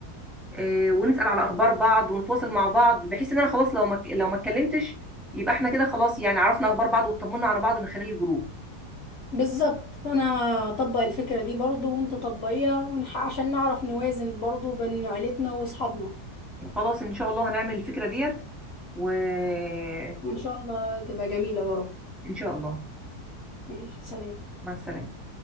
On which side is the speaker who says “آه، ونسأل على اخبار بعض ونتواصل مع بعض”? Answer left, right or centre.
Centre